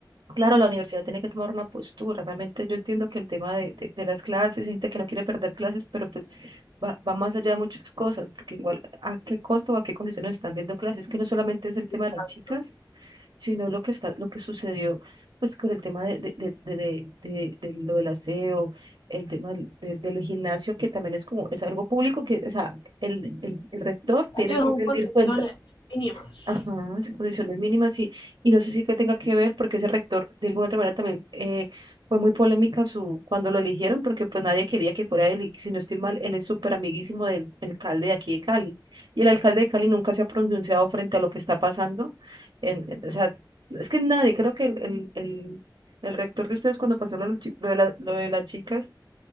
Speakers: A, on the right; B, on the left.
A: claro, la universidad tiene que tomar una postura. Realmente yo entiendo que el tema de, de, de las clases, hay gente que no quiere perder clases, pero pues va, va más allá de muchas cosas, porque igual a qué costo o a qué condiciones están viendo clases, que no solamente es el
B: Exacto.
A: tema de las chicas sino lo que está, lo que sucedió pues con el tema de, de, de, de, de- de- de lo del aseo, el tema del, de- del gimnasio, que también es como, es algo público, que, o sea, el, el, el rector tiene
B: Digo,
A: que
B: son
A: rendir
B: condiciones
A: cuentas.
B: mínimas.
A: Ajá, son condiciones mínimas y, y no sé si que tenga que ver porque ese rector de alguna otra manera también eh, fue muy polémica su, cuando lo eligieron porque pues nadie quería que fuera él y si no estoy mal, él es súper amiguísimo del alcalde de aquí de Cali y el alcalde de Cali nunca se ha pronunciado frente a lo que está pasando. En, en- o sea, es que nadie, creo que el, el, el, el rector de ustedes cuando pasó lo, de los chi- lo de la- lo de las chicas